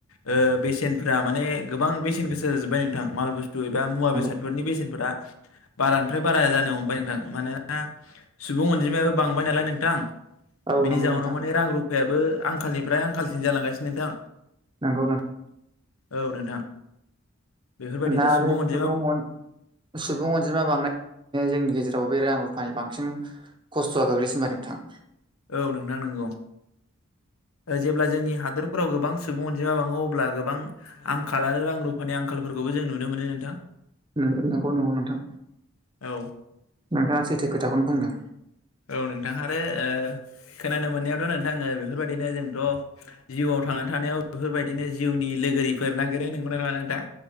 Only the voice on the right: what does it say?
नंगौ
औ
नंगौ
नोंथां
नंगौ नों
दा बे सुबुं
सुबुं अनजिमा बां जोंनि गेजेराव बे रां फानि बांसिन खस्थ'आ गोग्लैसिनबाय नोंथां
नंगौ नंगौ नोंथां
नोंथाङा सैथो खोथाखौनो बुंदों